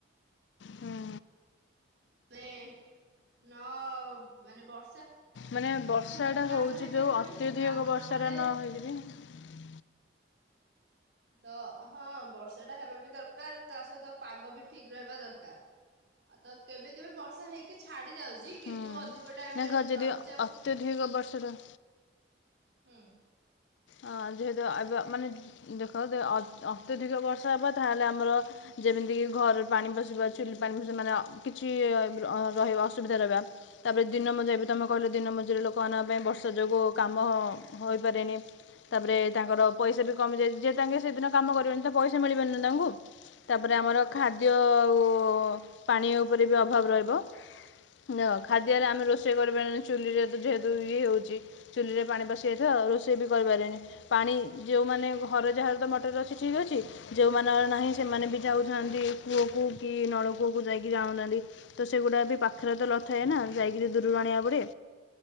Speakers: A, on the left; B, on the right.
A: ହୁଁ
B: ମାନେ ନ ବର୍ଷା
A: ମାନେ ବର୍ଷାଟା
B: ହେଲେ ତ କାମ
A: ହଉଚି
B: ହେଇପାରିବନି
A: ଯୋଉ ଅତ୍ୟଧିକ
B: କାମ
A: ବର୍ଷାଟା
B: ନହେଲେ
A: ନହେଇକିରି ହ
B: ତ ହଁ ବର୍ଷା ଟା ହେବା ବି ଦରକାର ତା ସହିତ ପାଗ ବି ଠିକ ରହିବା ଦରକାର। ଆଉ ତ କେବେ କେବେ ବର୍ଷା ହେଇକି ଛାଡି ଯାଉଛି କିନ୍ତୁ
A: ହୁଁ
B: ଅ ଅଧିକ ଟାଇମରେ
A: ନା ଯଦି
B: ଲଘୁଚାପ
A: ଅତ୍ୟଧିକ ବର୍ଷାଟା
B: ହୁଁ।
A: ଅ ଯେହେତୁ ଅ ଏବେ ମାନେ ଦେଖ ଯେ ଅ ଅତ୍ୟଧିକ ବର୍ଷା ହେବ ତାହେଲେ ଆମର ଯେବେ ଯେମିତିକି ଘରେ ପାଣି ପଶିବା ଚୁଲି ପାଣି ପସିବା ମାନେ ଅ କିଛି ଅ ରହିବା ଅସୁବିଧା ରହିବା ତାପରେ- ଦିନ ମଜୁରିଆ ବି ତମେ କହିଲ ଦିନ ମଜୁରୀ ଲୋକମାନଙ୍କ ପାଇଁ ବର୍ଷା ଯୋଗୁଁ କାମ ହୋଇପାରିବନି। ତାପରେ ତାଙ୍କର ପଇସା ବି କମିଯାଇଚି ଯିଏ ତାଙ୍କେ ସେଦିନ କାମ କରିବେନି ତ ପଇସା ମିଳିବନି ନା ତାଙ୍କୁ। ତାପରେ ଆମର
B: ହୁଁ
A: ଖାଦ୍ୟ ଆଉ ପାଣି ଉପରେ ବି ଅଭାବ ରହିବ ଦଁ ଖାଦ୍ୟରେ ଆମେ ରୋଷେଇ କରିପାରିବାନି ଚୁଲିରେ ଯେହେତୁ ଇଏ ହଉଚି ଚୁଲିରେ ପାଣି ପଶିଯାଇଥିବ ହ ରୋଷେଇ ବି କରିପାରିବାନି। ପାଣି ଯୋଉମାନେ ଘରେ ଯାହାର ତ ମଟର ଅଛି ଠିକ ଅଛି ଯୋଉ ମନଙ୍କର ନାହିଁ ସେମାନେ ବି ଯାଉଥା କୂଅ କ କି ନଳକୂଅକୁ ଯାଇକି ଜାଣଥାନ୍ତି ତ ସେଗୁଡା ବି ପାଖରେ ତ ଲଥା ଏ ନା ଯାଇକି ଦୂରରୁ ଆଣିବା ପଡିବେ